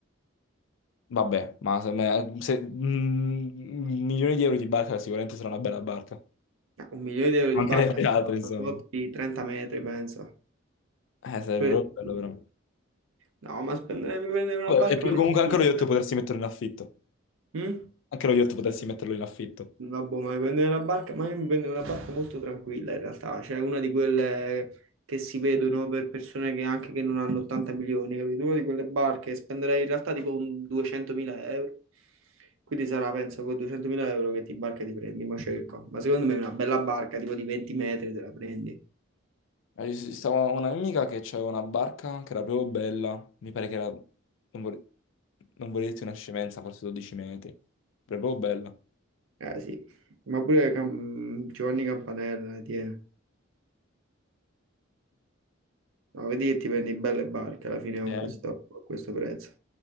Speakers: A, on the left (about 65°); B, on the right (about 75°).
A: Vabbè, ma se, me- se- mm, milioni di euro di barca sicuramente sarà una bella barca.
B: Ma Un milione di euro di
A: Mancherebbe
B: barca sta
A: altro,
B: a
A: insomma.
B: una flotta di 30 metri, penso.
A: Eh, sarebbe
B: Pure
A: proprio
B: di
A: bello,
B: più.
A: però.
B: No, ma spendere, mi prendere una
A: Vabbè,
B: barca
A: E più-
B: è un'esquisita.
A: comunque anche lo yacht potresti metterlo in affitto.
B: Mm?
A: Anche lo yacht potresti metterlo in affitto.
B: Vabbè, ma mi prendere la barca, ma io mi prendo una barca molto tranquilla in realtà, cioè una di quelle che si vedono per persone che anche che non hanno 80 milioni, capito? Una di quelle barche spenderei in realtà tipo un 200.000 euro, quindi sarà penso con 200.000 euro che ti barca ti prendi, ma cerco, ma secondo me una bella barca tipo di 20 metri te la prendi,
A: Eh, ci Stava una mia amica che aveva una barca che era proprio bella. Mi pare che era... Non vorrei, non vorrei dirti una scemenza, forse 12 metri. Proprio bella.
B: eh sì, ma pure Cam- mm, Giovanni Campanella, eh, tieni. No, vedi che ti prendi belle barche alla fine con
A: Eh,
B: questo, con questo prezzo.